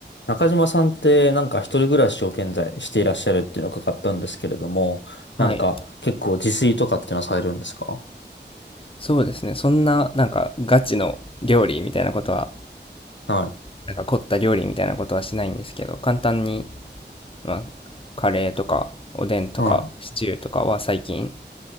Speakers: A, on the left; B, on the left.
A: 中島さんってなんか一人暮らしを現在していらっしゃるっていうのを伺ったんですけれども、なんか結構自炊とかっていうのはされるんですか
B: はい。そうですね。そんな、なんか、ガチの料理みたいなことは、
A: はい。
B: なんか凝った料理みたいなことはしないんですけど、簡単に、まあ、カレーとか、おでんとか、
A: はい。
B: シチューとかは最近